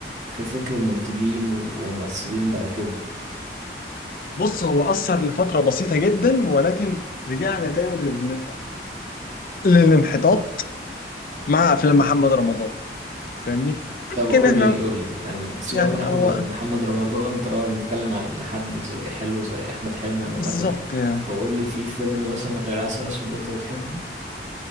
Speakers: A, on the right; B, on the left.
A: في فكر منتجين و- وممثلين بعد كده
B: بص هو أثر لفترة بسيطة جدا ولكن رجعنا تاني لل- للانحطاط مع أفلام محمد رمضان فاهمني؟ ولكن
A: طب قول
B: إحنا
A: لي قول لي يعني سيبك
B: يعني
A: من احمد
B: هو
A: ر- محمد رمضان طالما بنتكلم عن حد زي حلو زي احمد حلمي عامه
B: بالظبط يعني
A: فقول لي في فيلم مثلا غير عسل اسود انت بتحبه